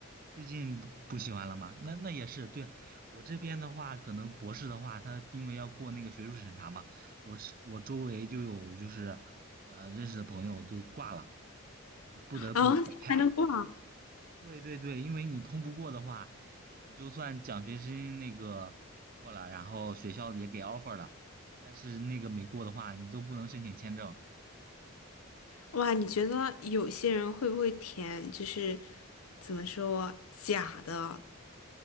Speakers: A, on the right (about 40°); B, on the left (about 85°).
A: 最近不不喜欢了吗？那那也是，对，我这边的话，可能博士的话，他因为要过那个学术审查嘛，我是我周围就有就是呃认识的朋友都挂了，就不得不改派。
B: 啊，这还能挂？
A: 对对对，因为你通不过的话，你就算奖学金那个过了，然后学校也给 offer 了，但是那个没过的话，你都不能申请签证。
B: 哇，你觉得有些人会不会填就是怎么说假的，